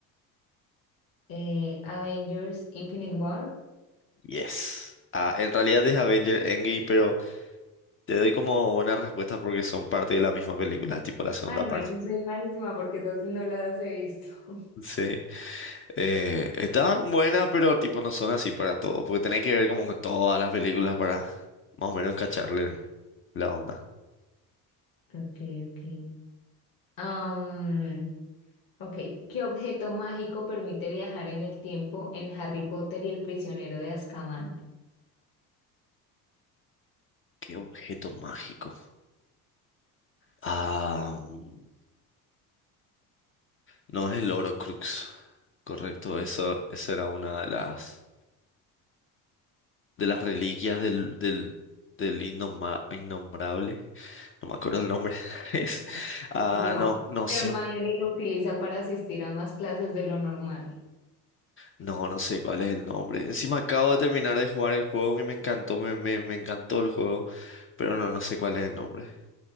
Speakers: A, on the left; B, on the left.
A: Eh, Avengers Infinite War.
B: Yes. Ah, en realidad es Avengers Endgame, pero te doy como buena respuesta porque son parte de la misma película, tipo la segunda
A: Ah, no,
B: parte.
A: ahí sí soy malísima porque esas no las he visto. <laughs>
B: <laughs> Sí. Eh, están buenas, pero tipo no son así para todo, porque tenés que ver como que todas las películas para más o menos cacharle la onda.
A: Ok, ok. Am, ok, ¿qué objeto mágico permite viajar en el tiempo en Harry Potter y el prisionero de Azkaban?
B: ¿Qué objeto mágico? Ah, mm, no es el Crux correcto, eso, esa era una de las de las reliquias del, del, del innoma- innombrable, no me acuerdo el nombre. <laughs> Es, ah,
A: No,
B: no, no
A: Hermione
B: sé,
A: lo utiliza para asistir a más clases de lo normal.
B: No, no sé cuál es el nombre. Encima acabo de terminar de jugar el juego que me encantó, me, me, me encantó el juego, pero no, no sé cuál es el nombre.